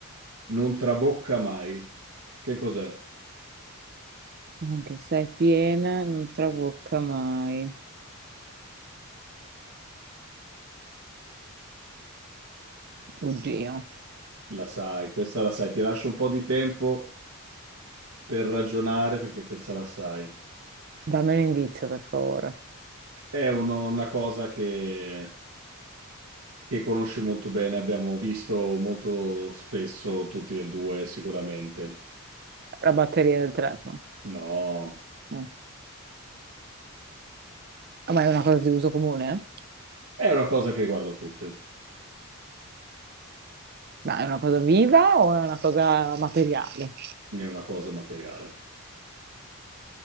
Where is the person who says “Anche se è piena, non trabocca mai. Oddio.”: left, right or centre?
Right